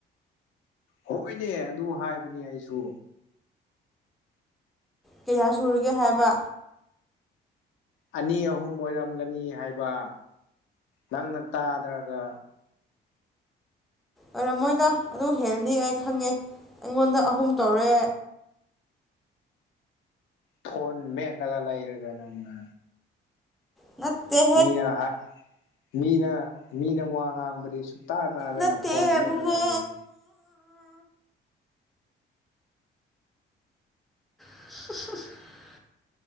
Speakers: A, on the left; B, in the centre.
A: ꯍꯣꯏꯅꯦ ꯑꯗꯨ ꯍꯥꯏꯕꯅꯦ ꯑꯩꯁꯨ꯫
B: ꯀꯥꯌ ꯁꯨꯔꯒꯦ ꯍꯥꯏꯕ꯫
A: ꯑꯅꯤ ꯑꯍꯨꯝ ꯑꯣꯏꯔꯝꯒꯅꯤ ꯍꯥꯏꯕ ꯅꯪꯅ ꯇꯥꯗ꯭ꯔꯒ꯫
B: ꯑꯣꯏꯔꯝꯃꯣꯏꯗ ꯑꯗꯨ ꯍꯦꯜꯂꯅꯤ ꯑꯩ ꯈꯪꯉꯦ ꯑꯩꯉꯣꯟꯗ ꯑꯍꯨꯝ ꯇꯧꯔꯦ
A: ꯐꯣꯟ ꯃꯦꯠꯂꯒ ꯂꯩꯔꯒ ꯅꯪꯅ꯫
B: ꯅꯠꯇꯦ
A: ꯃꯤꯅ ꯍꯥꯠ ꯃꯤꯅ ꯃꯤꯅ ꯋꯥ ꯉꯥꯡꯕꯗꯤ ꯁꯨꯛ ꯇꯥ ꯇꯥꯗꯅ
B: ꯅꯠꯇꯦ
A: ꯐꯣꯟ
B: ꯑꯕꯨꯡꯉꯣ
A: ꯃꯦꯠꯂꯒ ꯂꯩꯌꯦ꯫
B: <inaudible>